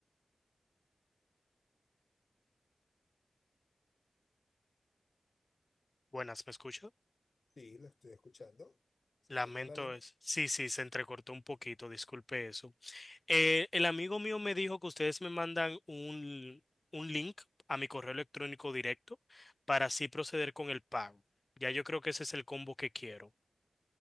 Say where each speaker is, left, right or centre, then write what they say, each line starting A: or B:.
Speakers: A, on the left; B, on the left.
A: Buenas, ¿me escucha?
B: Sí, lo estoy escuchando. ¿Se
A: Lamento
B: encuentra en la línea?
A: es. Sí, sí, se entrecortó un poquito, disculpe eso. Eh, el amigo mío me dijo que ustedes me mandan un, un link a mi correo electrónico directo para así proceder con el pago. Ya yo creo que ese es el combo que quiero.